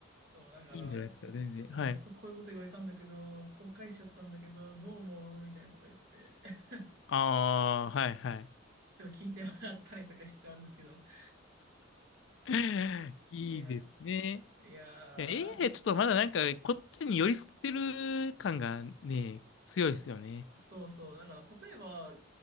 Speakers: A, on the right; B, on the left.
A: そう、だから、
B: いいんじゃないですか、全然。はい。
A: なんかこ、こういうこと言われたんだけど、後悔しちゃったんだけど、どう思うみたいなこと言って。<laughs>
B: ああ、はいはい。
A: ちょっと聞いてもらったりとかしちゃうんですけど。<laughs>
B: <laughs> いいですね。
A: いや、いやー、
B: いや、エーアイちょっとまだなんか、こっちに寄り添ってる感がね、強いですよね。
A: そうそう。だから、例えば、